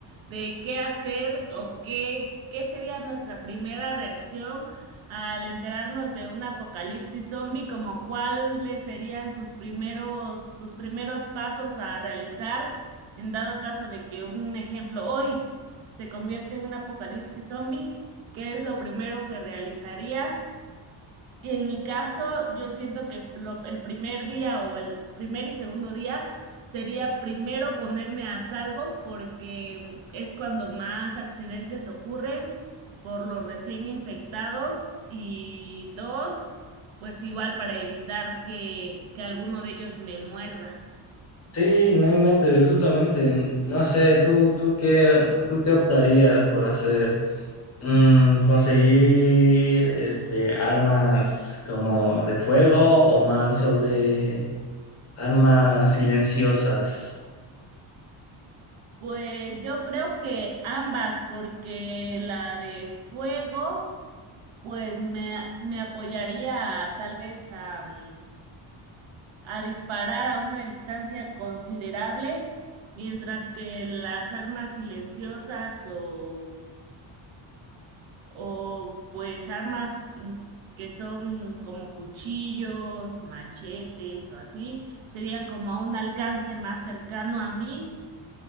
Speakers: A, on the right; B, on the left.
A: de qué hacer o qué, qué sería nuestra primera reacción al enterarnos de un apocalipsis zombie, como cuáles serían sus primeros, sus primeros pasos a realizar en dado caso de que un ejemplo hoy se convierte en un apocalipsis zombie. ¿Qué es lo primero que realizarías? En mi caso, yo siento que lo- el primer día o el primer y segundo día sería primero ponerme a salvo porque es cuando más accidentes ocurren por los recién infectados y dos, pues igual para evitar que, que alguno de ellos me muerda.
B: Sí, no inventes, justamente, mm, no sé, tú, tú qué, tú qué optarías por hacer. Mm, conseguir este armas como de fuego o más sobre armas silenciosas.
A: Pues yo creo que ambas, porque la de fuego, pues me, me apoyaría tal vez a... mm, a disparar a una distancia considerable, mientras que las armas silenciosas o, o pues armas mm, que son como cuchillos, machetes o así, serían como a un alcance más cercano a mí,